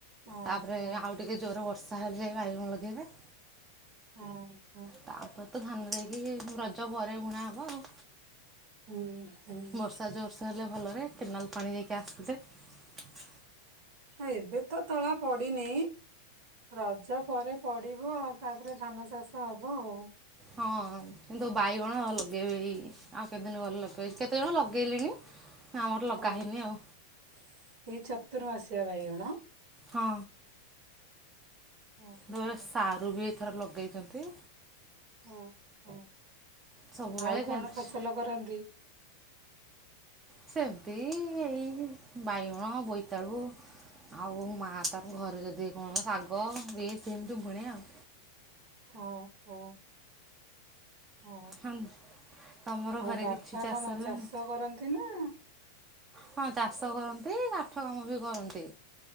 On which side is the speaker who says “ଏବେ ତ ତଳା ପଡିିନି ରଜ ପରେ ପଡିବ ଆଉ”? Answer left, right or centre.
Right